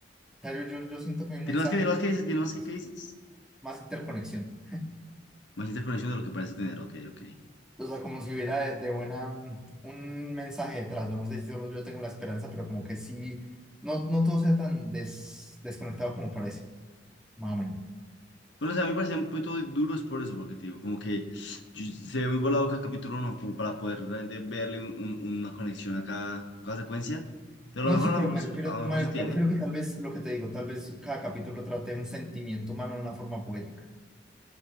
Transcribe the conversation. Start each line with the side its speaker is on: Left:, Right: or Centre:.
Centre: sea, yo, yo, yo siento que hay un
Left: ¿Tienes
Centre: mensaje
Left: más que, tienes más que dices? ¿Tienes más que,
Centre: más,
Left: qué dices?
Centre: más interconexión.
Left: Más interconexión de lo que parece tener, ok, ok.
Centre: O sea, como si hubiera de, de buena mm, un mensaje detrás. No sé si solo yo tengo la esperanza, pero como que sí, no, no todo sea tan des- desconectado como parece. Más o menos.
Left: Bueno, o sea, a mí me parecían un poquito duros por eso, porque te digo, como que yo- se ve muy volado cada capítulo uno, como para poder realmente verle un- un- una conexión a cada, a cada secuencia. Pero
Centre: No,
Left: a lo mejor,
Centre: sí,
Left: a
Centre: pero
Left: lo mejor,
Centre: me
Left: sí-
Centre: refiero,
Left: a lo
Centre: me,
Left: mejor sí tiene.
Centre: me refiero que tal vez lo que te digo, tal vez cada capítulo trate un sentimiento humano de una forma poética.